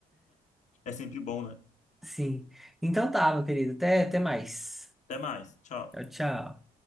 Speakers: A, on the left; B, in the centre.
A: É sempre bom, né?
B: Sim. Então tá, meu querido. Até, até mais.
A: Até mais. Tchau.
B: Tchau, tchau.